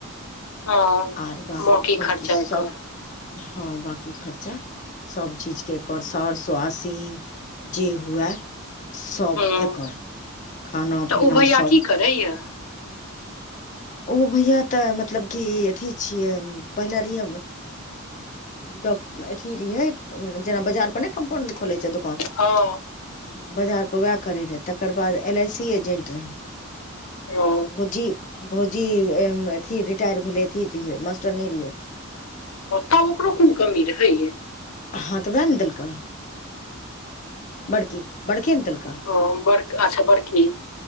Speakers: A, on the left; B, on the left.
A: हँ
B: आर बाद बाकी
A: खर्चा
B: सभ
A: के
B: आ हँ बकी खर्चा सभचीजकेँ एकर सर सुआसिन जे हुए सभ
A: हूँ
B: एकर खाना
A: तऽ
B: पीना
A: ओ भैया
B: सभ
A: की करैया
B: ओ भैया तऽ मतलब की अथी छियै पहिले रिहे डॉक अथी रहियै जेना बजार पर नैय कम्पाउण्ड खोलै छै दोकान
A: हँ
B: हँ बाजारपर वेह करै रहै तकर बाद एल आइ सी एजेन्ट रहै
A: ओ
B: आ भौजी भौजी अथी रिटायर भेलै अथी मास्टरनी रिहै
A: तब ओकरो कोन कमी रहै यै
B: हँ तऽ वैह नऽ देलकै बड़की बड़के नऽ देल
A: ओ बड़ अच्छा बड़की